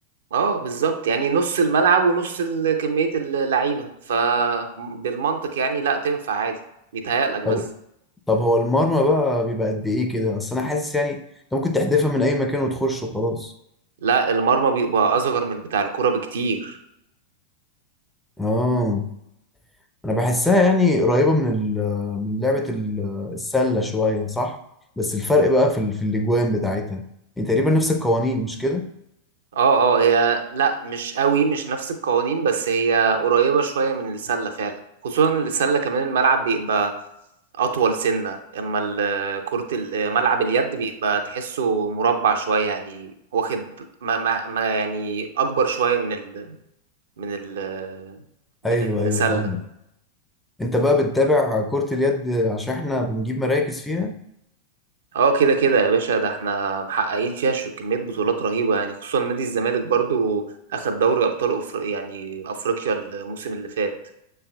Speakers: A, on the right; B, in the centre.
A: اه بالظبط يعني نص الملعب ونص ال- كمية اللعيبة فبالمنطق يعني لا تنفع عادي بيتهيألك بس
B: طب طب هو المرمى بقى بيبقى قد ايه كده اصل انا حاسس يعني انت ممكن تحدفها من اي مكان وتخش وخلاص
A: لا المرمى بيبقى أصغر من بتاع الكرة بكتير
B: اه انا بحسها يعني قريبة من ال- من لعبة ال- السلة شوية صح بس الفرق بقى في ال- في الاجوان بتاعتها يعني تقريبا نفس القوانين مش كده
A: اه اه هي لا مش قوي مش نفس القوانين بس هي قريبة شوية من السلة فعلا خصوصا إن السلة كمان الملعب بيبقى أطول سنة أما ال- كرة ال- ملعب اليد بيبقى تحسه مربع شوية يعني واخد ما ما ما يعني أكبر شوية من من ال من
B: ايوه
A: السلة
B: ايوه فاهمك انت بقى بتتابع كرة اليد عشان احنا بنجيب مراكز فيها
A: اه كده كده يا باشا ده احنا محققين فيها ش- كمية بطولات رهيبة يعني خصوصا نادي الزمالك برضو أخد دوري أبطال أفر... يعني أفريقيا الموسم اللي فات